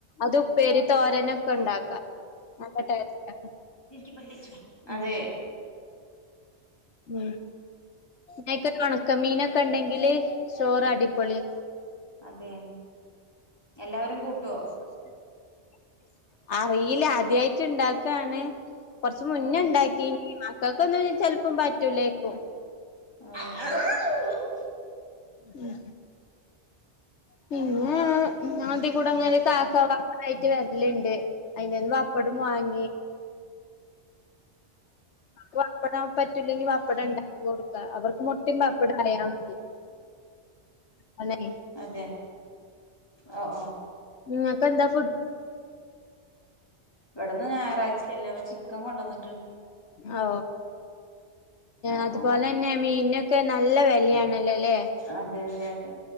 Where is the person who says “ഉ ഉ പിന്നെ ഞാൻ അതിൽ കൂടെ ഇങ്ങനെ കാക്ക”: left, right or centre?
Left